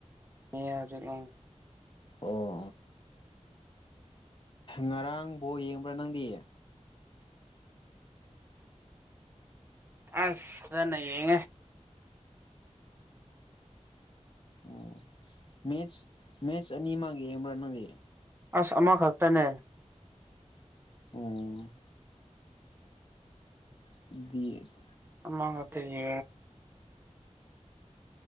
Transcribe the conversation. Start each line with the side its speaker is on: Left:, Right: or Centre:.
Right: ꯍꯧꯖꯤꯛ ꯑꯥ
Left: ꯑꯣ ꯉꯔꯥꯡꯕꯣ ꯌꯦꯡꯕ꯭ꯔꯥ ꯅꯪꯗꯤ
Right: ꯑꯁꯖꯅ ꯌꯦꯡꯉꯦ
Left: ꯑꯣ ꯃꯦꯠꯁ ꯃꯦꯠꯁ ꯑꯅꯤꯃꯒ ꯌꯦꯡꯕ꯭ꯔꯥ ꯅꯪꯗꯤ
Right: ꯑꯁ ꯑꯃꯈꯛꯇꯅꯦ
Left: ꯑꯣ <unintelligible>
Right: ꯑꯃꯥꯡꯉꯇꯔꯤ